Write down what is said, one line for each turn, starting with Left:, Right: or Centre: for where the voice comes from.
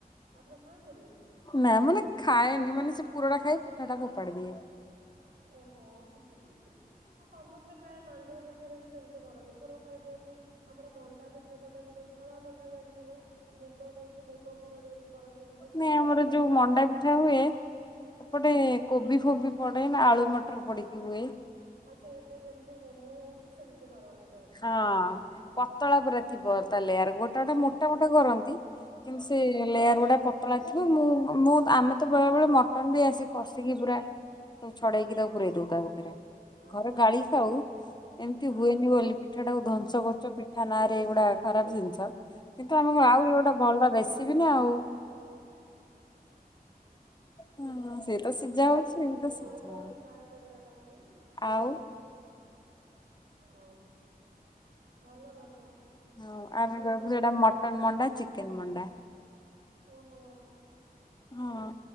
Right: ଆପଣ ଖାଆନ୍ତିନି
Left: ନା ମାନେ ଖାଏନି ମାନେ ପୁରଟା ଖାଇ ପିଠାଟାକୁ ଫୋପାଡ଼ି ଦିଏ।
Right: ଓହୋ ସମସ୍ତେ ପ୍ରାୟ ମାଣ୍ଡୁ ଉପରେ ଏଠାରେ ବି ସେମିତି କରନ୍ତି, ପୁରା ଖାଇ ଦିଅନ୍ତି। ଆମର ମଣ୍ଡା ପିଠା ଯୋଉଟା ବି ଧଳା ମଣ୍ଡା ଜାଣିଥିବେ। ମୁଗ ଦେଇକି ମୁଗ ପୁର ଦେଇକି। କରନ୍ତି ନହେଲେ ଛେନା
Left: ନାଇ‍ଁ ଆମର ଯୋଉ
Right: ପୁର
Left: ମଣ୍ଡା
Right: ଦେଇକି
Left: ପିଠା ହୁଏ, ଏପଟେ
Right: ହଁ
Left: କୋବି ଫୋବି ପଡେ। ଆଳୁ, ମଟର ପଡିକି ହୁଏ।
Right: ଆଚ୍ଛା ଏବେ ଯେମତି ମୋମୋ ହଉଛି। ସେମିତି କରନ୍ତି ତାହେଲେ
Left: ହଁ
Right: ନା।
Left: ପତଳା ପୁରା ଥିବ ତା ଲେୟାର ଗୋଟେ ଗୋଟେ ମୋଟା
Right: ନା ହଁ
Left: ମୋଟା କରନ୍ତି କିନ୍ତୁ ସେ ଲେୟାର ଗୁଡା ପତ ପତଳା ଥିବ ମୁଁ ମୁଁ ଆମେ ତ ବେଳେ ବେଳେ ମଟନ ବି ଆସ କଷିକି, ପୁରା ସବୁ ଛଡେଇକି ତାକୁ ପୁରଇ ଦଉ ତା ଭିତରେ।
Right: ଆଚ୍ଛା
Left: ଘରେ ଗାଳି
Right: ଆଚ୍ଛା
Left: ଖାଉ ଏମିତି
Right: ହଁ।
Left: ହୁଏନି ବୋଲି। ପିଠା ଟାକୁ ଧ୍ୱଂସ କରୁଛ। ପିଠା ନାଁ ରେ ଏଇଗୁଡା ଖରାପ ଜିନିଷ। କିନ୍ତୁ ଆମକୁ
Right: ପିଠା
Left: ଆଉ
Right: ନାଁରେ
Left: ଏ ଗୋଟେ
Right: କଳଙ୍କ
Left: ଭଲ ରେସିପି ନା ଆଉ। ହଁ ସେ ତ ସିଝା
Right: ନଚଆ
Left: ହଉଛି ଏମି
Right: ନୂଆ
Left: ତ ସିଝା
Right: ନୂଆ
Left: ହଉ
Right: ଟ୍ରାଏ କରିବା କଥା ନା
Left: ଆଉ
Right: ହୁଁ। ହଁ। ଭଲ କଥା
Left: ହଁ ଆମେ
Right: ଆଉ
Left: କହିବୁ
Right: ଆପଣଙ୍କର।
Left: ସେଇଟା ମଟନ ମଣ୍ଡା ଚିକେନ ମଣ୍ଡା।
Right: ଓହୋ।
Left: ହଁ